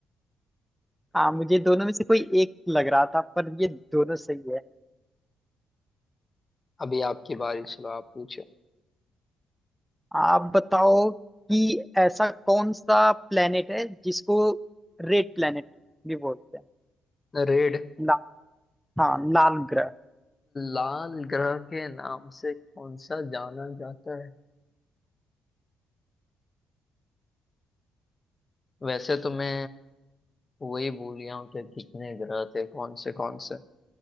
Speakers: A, in the centre; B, on the left.
A: हाँ मुझे दोनों में से कोई एक लग रहा था पर ये दोनों सही है
B: अभी आपकी बारी चलो आप पूछो
A: आप बताओ कि ऐसा कौन सा प्लेनेट है जिसको रेड प्लेनेट भी बोलते हैं
B: रेड
A: ला, हाँ लाल ग्रह
B: लाल ग्रह के नाम से कौन सा जाना जाता है वैसे तो मैं वही भूल गया हूँ कि कितने ग्रह थे कौन से कौन से